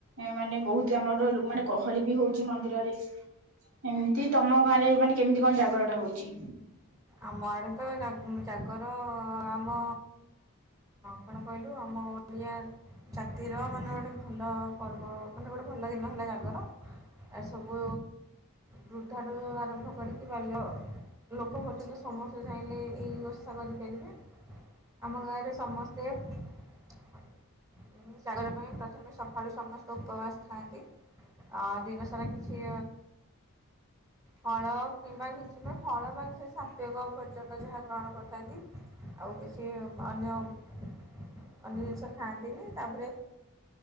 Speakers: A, on the right; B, on the right.
A: ମାନେ ବହୁତ ଆମର ମାନେ ଗହଳି ବି ହଉଛି ମନ୍ଦିରରେ ଏମତି ତମ ଗାଁରେ ମାନେ କେମିତି କଣ ଜାଗରଟା ହଉଛି।
B: ଆମ ଆଡେ ତ ଜାଗର ଆମ କଣ କହିଲୁ ଆମ ଓଡ଼ିଆ ଜାତିର ମାନେ ଗୋଟେ ଭଲ ପର୍ବ ମାନେ ଗୋଟେ ଭଲ ଦିନ ହେଲା ଜାଗର ଆ ସବୁ ବୃଦ୍ଧାଆରୁ ଆରମ୍ଭ କରିକି ବାଲ୍ୟ ଲୋକ ବ ସମସ୍ତେ ଚାହିଁଲେ ଏହି ବ୍ୟବସ୍ଥା କରିପାରିବେ ଆମ ଗାଁରେ ସମସ୍ତେ <inaudible> ଜାଗର ପାଇଁ ପ୍ରଥମେ ସକାଳୁ ସମସ୍ତେ ଉପବାସ୍ ଖାନ୍ତି ଆଁ ଦିନ ସାରା କିଛି ଫଳ କିମ୍ବା କିଛି ଫଳ ମାନେ ସାତ୍ୱକ ପର୍ଯ୍ୟନ୍ତ ଯାହା ଗ୍ରହଣ କରିଥାନ୍ତି ଆଉ କିଛି ଅନ୍ୟ ଅନ୍ୟ ଜିନିଷ ଖାଆନ୍ତିନି ତାପରେ